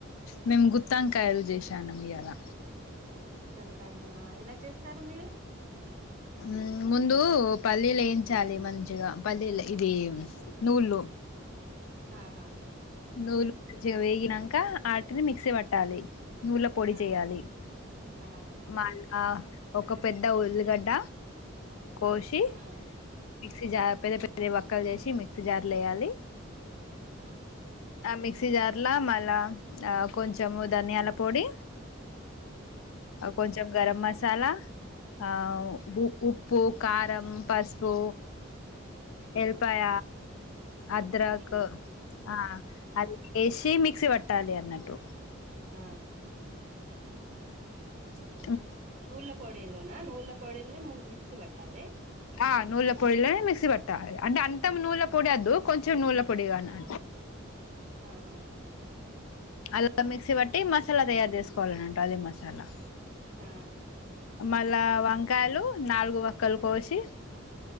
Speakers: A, on the left (about 85°); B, on the right (about 35°).
A: మేం గుత్ త్తంకాయలు చేషానం ఇయ్యాలా
B: గుత్తొంక కాయనా ఇలా చేస్తారు మీరు
A: మ్మ్ ముందు పల్లీలు ఏయించాలి మంచిగా పల్లీలు ఇది నువ్వులు
B: ఆహా
A: నవ్వులు <unintelligible> వేగినంక ఆటిని మిక్సీ పట్టాలి నవ్వుల పొడి
B: ఆ
A: చేయాలి
B: ఆ
A: మళ్ళ ఒక పెద్ద ఉల్లిగడ్డ కోశి
B: ఆ
A: మిక్సీ జార్ పెద్ద పెద్ద ఒక్కలు చేసి మిక్సీ జార్లో ఎయ్యాలి
B: ఆ ఆ
A: ఆ మిక్సీ జార్ ల మళ్ళ కొంచెం ధనియాల పొడి కొంచెం గరం మసాలా ఔ బు ఉ ప్పు కారం పసుపు ఎల్
B: ఆ
A: పాయ అద్రాకు
B: తగినంత
A: ఆ అద్ ఏష్ తి మిక్సీ పట్టాలి అన్నట్టు
B: ఆ
A: మ్మ్
B: నవ్వుల్ల పొడిలోనా నువ్వుల్ల పొడింది మిక్సీ పట్టండి
A: ఆ నువ్వుల పొడిలనే మిక్సీ పట్టాలి అంటే అంతం నువ్వుల పొడి అద్దు కొంచెం నువ్వుల పొడి గానే
B: ఆహా
A: అలా మిక్సీ బట్టి మసాలా తయారు చేసుకోవాలనంట అది మసాలా
B: ఆ
A: మళ్ళా వంకాయలు నాలుగు వక్కలు కోసి